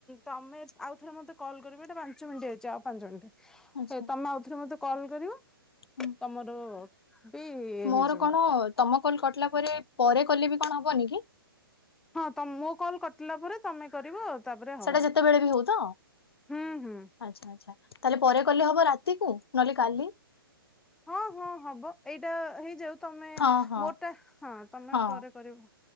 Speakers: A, in the centre; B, on the left.
A: ତମେ ଆଉ ଥରେ ମତେ କଲ୍ କରିବ ଏଇଟା ପାଞ୍ଚ ମିନିଟ୍ ହେଇଛି ଆଉ ପାଞ୍ଚ ମିନିଟ
B: ଆଚ୍ଛା
A: ତମେ ଆଉଥରେ ମତେ କଲ୍ କରିବ
B: ହୁଁ।
A: ତମର ବି
B: ମୋର
A: ହେଇଯିବ
B: କଣ ତମ କଲ କଟିଲା ପରେ ପରେ କଲେ ବି କଣ ହବନି କି?
A: ହଁ ତମ ମୋ କଲ୍ କଟିଲା ପରେ ତମେ କରିବ। ତାପରେ ହବ
B: ସେଟା ଯେତେବେଳେ ବି ହଉ ତ
A: ହୁଁ ହୁଁ।
B: ଆଚ୍ଛା ଆଚ୍ଛା ତାହେଲେ ପରେ କଲେ ହବ ରାତିକୁ ନହେଲେ କାଲି।
A: ହଁ ହଁ ହବ ଏଇଟା ହେଇଯାଉ ତମେ
B: ହଁ ହଁ
A: ମୋର ଟା ହଁ ତମେ
B: ହଁ
A: ପରେ କରିବ।